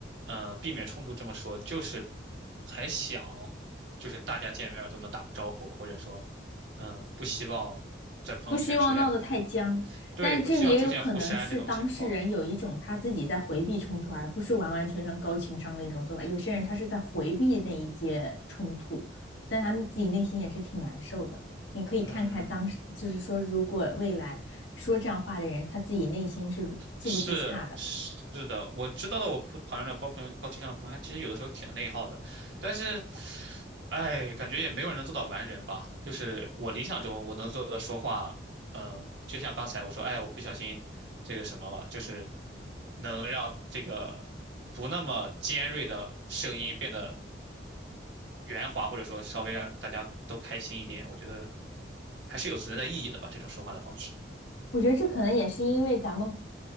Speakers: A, on the right (about 75°); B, on the left (about 80°).
A: 呃，避免冲突这么说，就是还想，就是大家见面儿都能打个招呼，或者说，嗯、不希望在朋友圈出现互，
B: 不希望闹得太僵，
A: 对，
B: 但这也有可能是当事人有一种他自己在回避冲突，
A: 不希望出现互删这种情况。
B: 而不是完完全全高情商的一种做法。有些人他是在回避那一些冲突，但他自己内心也是挺难受的。你可以看看当时，
A: 嗯，
B: 就是说，如果未来说这样话的人，他自己内心是自不自洽的。
A: 是是的，我知道的。我朋朋友的高朋友高情商的朋友，他其实有的时候挺内耗的，但是，哎，感觉也没有人能做到完人吧。就是我理想中我能做的说话，呃，就像刚才我说，哎呀我不小心这个什么了，就是能让这个不那么尖锐的声音变得圆滑，或者说稍微让大家都开心一点。我觉得还是有存在的意义的吧，这种说话的方式。
B: 我觉得这可能也是因为咱们，